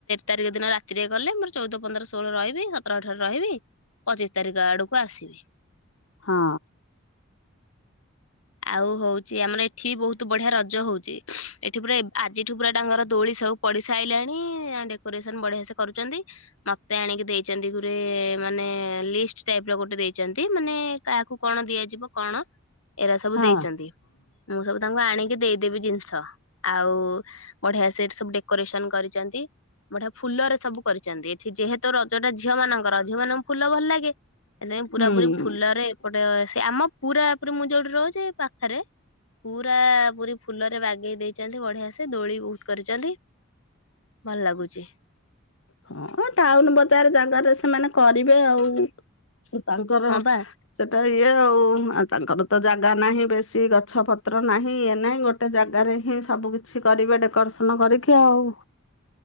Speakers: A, on the left (about 90°); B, on the left (about 65°).
A: ତାରିଖ ଦିନ ରାତିରେ ଗଲେ ମୋର ଚଉଦ ପନ୍ଦର ଷୋହଳ ରହିବି ସତରଠାରେ ରହିବି ପଚିଶ ତାରିଖ ଆଡକୁ ଆସିବି
B: ହଁ
A: ଆଉ ହଉଛି ଆମର ଏଠି ବି ବହୁତ ବଢିଆ ରଜ ହଉଛି ଏଠି ପୁରା ଆଜି ଛୁକୁା ଟାଙ୍ଗର ଦୋଳି ସବୁ ପଡି ସାରିଲଣି ଡେକୋରେସନ ବଢିଆ ସେ କରୁଛନ୍ତି ନତେ ଆଣିକି ଦେଇଛନ୍ତି ଗ ମାନେ ଲିଷ୍ଟ ଟାଇପ ର ଗୋଟେ ଦେଇଛନ୍ତି ମାନେ କାହାକୁ କଣ ଦିଆଯିବ କଣ ଏରା ସବୁ
B: ହଁ
A: ଦେଇଛନ୍ତି ମୁଁ ସବୁ ତାଙ୍କୁ ଆଣି ଟିକ ଦେଇଦେବି ଜିନିଷ ଆଉ ବଢିଆ ସେଠି ସବୁ ଡେକୋରେସନ କରିଛନ୍ତି ବଢିଆ ଫୁଲରେ ସବୁ କରିଛନ୍ତି ଏଠି ଯେହେତୁ ରଜଟା ଝିଅ ମାନଙ୍କର ରଜ ଝିଅ ମାନଙ୍କୁ ଫୁଲ ଭଲ ଲାଗେ ସେଥିପାଇଁ ପୁରା
B: ହୁଁ।
A: ପୁରୀ ଫୁଲରେ ଏପଟେ ସେ ଆମ ପୁରା ମୁଁ ଯୋଉଠି ରହୁଛି ପାଖରେ ପୁରା ପୁରୀ ଫୁଲରେ ବାଗ ଲଗେଇ ଦେଇଛନ୍ତି ବଢିଆ ସେ ଦୋଳି ବହୁତ କରିଛନ୍ତି ଭଲ ଲାଗୁଛି।
B: ହଁ ଟାଉନ ବଜାର ଜାଗାରେ ସେମାନେ କରିବେ ଆଉ ତାଙ୍କର
A: ହଁ ବା
B: ସେ ଏଇ ତ ଇଏ ଆଉ ତାଙ୍କର ତ ଜାଗା ନାହିଁ ବେଶୀ ଗଛପତ୍ର ନାହିଁ ଇଏ ନାହିଁ ଗୋଟେ ଜାଗାରେ ହିଁ ସବୁ କିିଛି କରିବେ ଡେକୋରେସନ୍ ପ୍ରତ୍ନ କରିକି ଆଉ